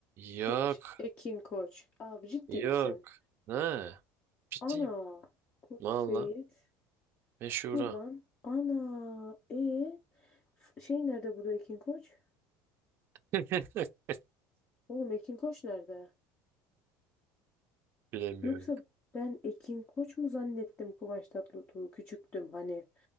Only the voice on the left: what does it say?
Ko- Ekin Koç. Abi ciddi
misin?
Ana. Kurt
Seyit.
Dur lan. Ana. E F- şey nerede burada Ekin Koç?
Oğlum Ekin Koç nerede?
Yoksa ben Ekin Koç mu zannettim Kıvanç Tatlıtuğ'u? Küçüktüm hani.